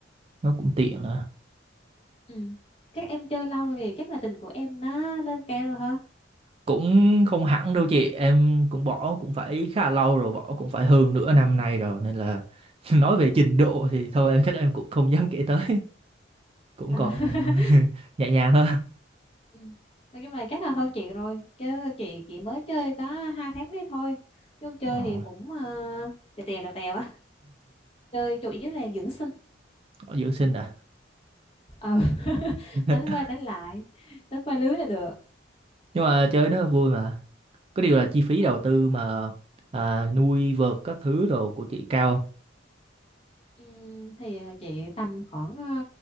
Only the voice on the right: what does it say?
nó cũng tiện nè.
cũng không hẳn đâu chị em cũng bỏ cũng phải khá là lâu rồi bỏ cũng phải hơn nửa năm nay rồi nên là <laughs> nói về trình độ thì thôi em chắc em cũng không dám kể tới cũng
còn
<laughs> nhẹ nhàng thôi
ờ,
ở dưỡng sinh à
<laughs>
nhưng mà chơi nó vui mà có điều là chi phí
đầu tư mà à, nuôi vợt các thứ đồ của chị cao không